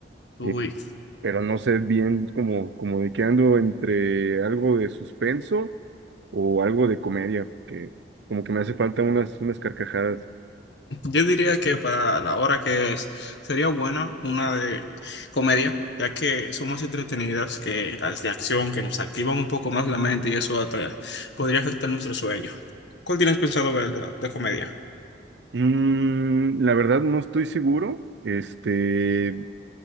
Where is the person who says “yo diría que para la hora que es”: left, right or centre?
Left